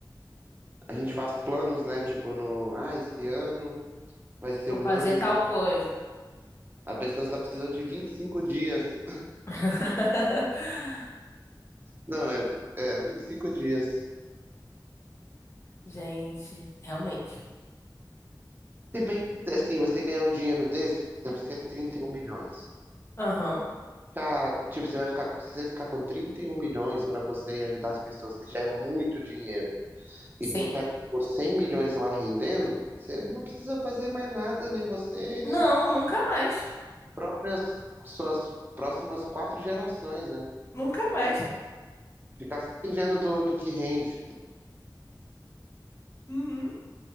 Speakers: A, on the right; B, on the left.
A: A gente faz planos, né? Tipo, no, ah, esse ano vai ser
B: Vou
A: um
B: fazer
A: ano.
B: tal coisa.
A: A pessoa só precisou de vinte e cinco dias
B: <laughs>
A: Não, né? É, 25 dias.
B: Gente, realmente.
A: Se bem que, assim, você ganhar um dinheiro desse, por exemplo, cento e e trinta e um milhões.
B: Aham.
A: Cara, tipo, você vai ficar, se você ficar com 31 milhões pra você e ajudar as pessoas, que já é muito dinheiro, e
B: Sim.
A: deixar, tipo, 100 milhões lá rendendo, você não precisa fazer mais nada, nem você, e nem
B: Não, nunca mais.
A: próprias suas próximas quatro gerações, né?
B: Nunca mais.
A: Ficar só vivendo do, do que rende,
B: Uhum.